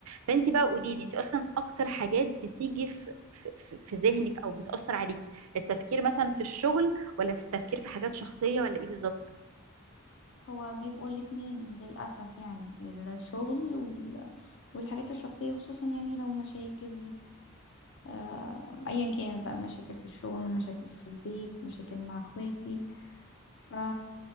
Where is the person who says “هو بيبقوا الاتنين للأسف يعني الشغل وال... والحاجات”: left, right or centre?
Left